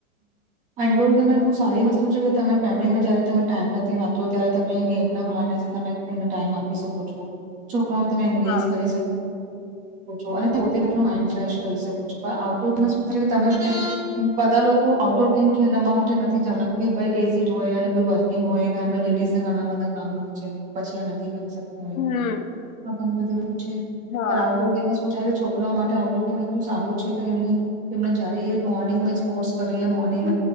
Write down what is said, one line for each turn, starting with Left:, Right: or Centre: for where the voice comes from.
Right: ઇન્ડોર ગેમે એ બહુ સારી વસ્તુ છે, કે તમે ફેમિલીમાં જયારે તમે ટાઈમ નથી આપતો ત્યારે તમે ગેમના ભણે તમે એને ટાઈમ આપી શકો છો. પણ હું તમે <unintelligible>
Left: હા
Right: કરી શકો. અનેતે માઇન્ડ ફ્રેશ કરી શકો છો પણ આઉટડોરમાં શું થ તમે બધા લોકો. તો આઉટડોર ગેમ ખેલ રમવા માટે નથી જાણ એઝીડ હોય અને કોઈ વર્કિંગ હોય ઘરમાં લેડીઝ ના ઘણા બધા કામ હોય છે પછી નથી કરી શકતા.
Left: હમ
Right: ઘણી બધી વાત છે,
Left: હા
Right: આઉટડોર ગેમ શુ <unintelligible> છોકરા માટે આઉટડોર ગેમ એટલું સારું છે, કે એમની એને જય મોર્નિંગ સ્પોર્ટ કરી મોર્નિંગ